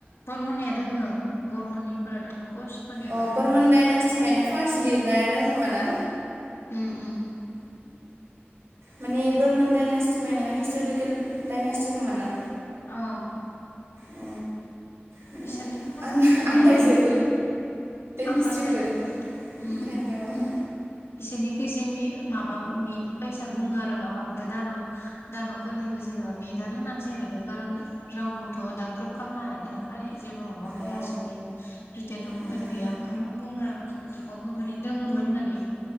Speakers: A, on the left; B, on the right.
A: बरमनिया दोङो बरमनिफोरा दोङो। कचफोरनियाबो
B: अ
A: दोङो
B: बर्मन डाइनेस्टिफ्रायनो फार्स्ट लिरनाया दं खोमा ना?
A: उम उम।
B: माने बर्मन डाइनास्टिनिफ्रायनो हिस्ट'रिकेल डाइनास्टि खोमा ना?
A: अ।
B: अ माने
A: बिसोरनिखौबो
B: आन्दा
A: होनो होननाया
B: आन्दायजोबो
A: खिनथु आंबो
B: हिस्ट्रिखौ
A: आन्दायो उम।
B: ओंखायनोथ'
A: बिसोरनिखो इसे मे माबा मिट बायसा बुङो आरो माबाखौ दान'ब दान'बफोरनिखो जेनोबा मिटआनो होननांसिगोन इखो खारन रावबोथ' दा प्रुभ खामनो हाथ'या नाय जेबो माबा गैया
B: अ
A: इसोरनि रिटन डकुमेन्ट
B: उम
A: गैया ओंखायनो बुङा थेबाबबो माने दङोमोन होननानै